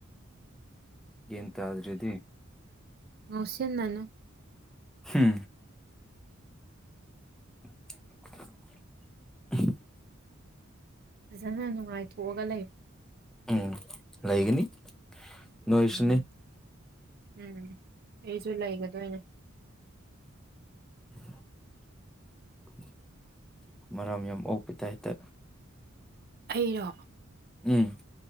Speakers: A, in the centre; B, on the right.
A: ꯌꯦꯟꯇ ꯑꯗꯨ꯭ꯔꯗꯤ
B: ꯃꯣꯁꯤ ꯅꯅ
A: ꯍꯝ <unintelligible>
B: ꯐꯖꯅ ꯅꯨꯡꯉꯥꯏꯊꯣꯛꯑꯒ ꯂꯩ
A: ꯎꯝ ꯂꯩꯒꯅꯤ ꯅꯣꯏꯁꯨꯅꯤ
B: ꯎꯝ ꯎꯝ ꯑꯩꯁꯨ ꯂꯩꯒꯗꯅꯦ
A: <unintelligible> ꯃꯔꯝ ꯌꯥꯝ ꯑꯣꯄꯤ ꯇꯥꯏꯇ
B: ꯑꯩꯔꯣ
A: ꯎꯝ